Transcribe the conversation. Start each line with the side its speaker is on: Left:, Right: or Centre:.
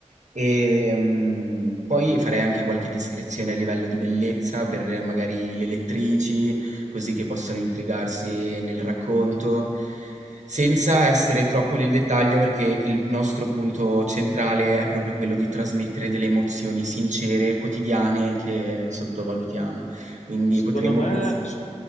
Right: E mm, poi farei anche qualche descrizione a livello di bellezza per eh, magari le lettrici, così che possono intrigarsi nel racconto. Senza essere troppo nel dettaglio, perché il nostro punto centrale è proprio quello di trasmettere delle emozioni sincere, quotidiane, che sottovalutiamo. Quindi
Left: Secondo
Right: potremmo
Left: me,
Right: pensare.
Left: so-